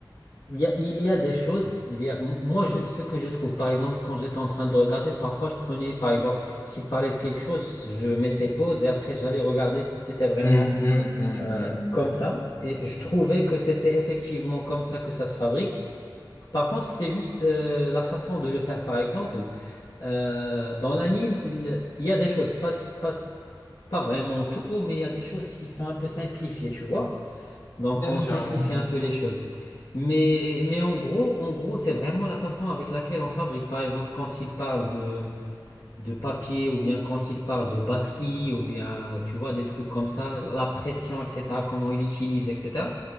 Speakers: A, on the left; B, on the left.
A: Il y a, il y a des choses, il y a, m- moi, je, ce que je trouve, par exemple, quand j'étais en train de regarder, parfois, je prenais, par exemple, s'il parlait de quelque chose, je mettais pause et après, j'allais regarder si c'était vraiment
B: Hmm, hmm, hmm,
A: euh,
B: hmm,
A: comme
B: hmm.
A: ça. Et je trouvais que c'était effectivement comme ça que ça se fabrique. Par contre, c'est juste euh, la façon de le faire, par exemple. euh, dans l'anime, il, il y a des choses, pas, t- pas, pas vraiment tout, mais il y a des choses qui sont un peu simplifiées, tu vois. Donc,
B: Bien
A: on
B: sûr.
A: simplifie un peu les choses. Mais, mais en gros, en gros, c'est vraiment la façon avec laquelle on fabrique. Par exemple, quand il parle de, de papier, ou bien quand il parle de batterie, ou bien, tu vois, des trucs comme ça, la pression, etc., comment il utilise, etc.